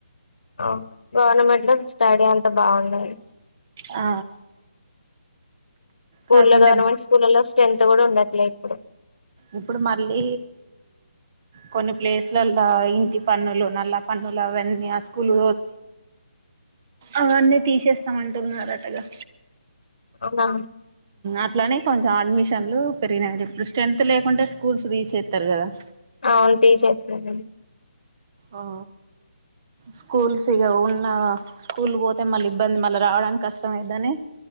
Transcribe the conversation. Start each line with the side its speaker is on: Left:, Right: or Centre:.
Left: ఆ గవర్నమెంట్ లో స్టడీ అంత బాగుందిడి
Right: ఆ
Left: స్కూళ్ల్లో
Right: కాకుండా
Left: గవర్నమెంట్ స్కూల్లో స్ట్రెంత్ కూడా ఉండట్లే ఇప్పుడు
Right: ఇప్పుడు మళ్ళీ కొన్ని ప్లేస్లలో ఇంటి పన్నలు నల్ల పన్న న్నులు అవన్నీ అసల్ అవన్నీ తీసేస్తామంటున్నారు అటగా
Left: అవునా
Right: అట్లానే కొంచెం అడ్మిషన్లు పెరిగినాయి ఇప్పుడు స్ట్రెన్త్ లేకుంటే స్కూల్స్ తీసేస్తారు కదా
Left: అవును తీసేస్తారు
Right: ఆ స్కూల్స్ ఇగ ఉన్న స్కూల్ పోతే మళ్ళీ ఇబ్బంది మళ్ళ రావడానికి కష్టం అయిద్దని